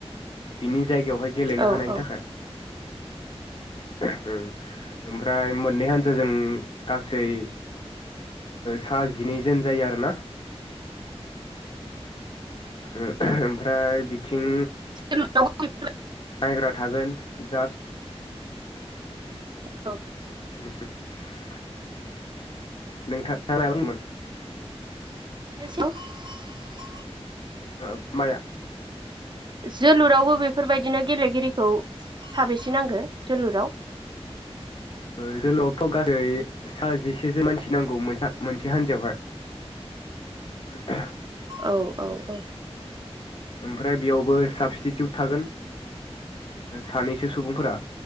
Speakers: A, on the left (about 50°); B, on the right (about 45°).
A: बिनि जायगायाव गेलेनो
B: औ
A: हानायनि
B: औ
A: थाखाय उम ओमफ्राय मोननै हानजाजों गासै सा जिनै जोन जायो आरोना ओ <unintelligible> ओमफ्राय बि थिं
B: <inaudible>
A: नायग्रा थागोन जा
B: औ
A: <unintelligible> <unintelligible> <inaudible>
B: <unintelligible>
A: ओ माया?
B: जोलुरावबो बेफोरबायदिनो गेलेगिरिखौ साबेसे नांगो जोलुराव
A: ओ जोलावथ' गासै सा जिसेसो मानसि नांगौ मोनसे मोनसे हान्जायावहाय <inaudible>
B: औ औ औ
A: ओमफ्राय बेयावबो साबस्टिटिउट थागोन सानैसो सुबुंफोरा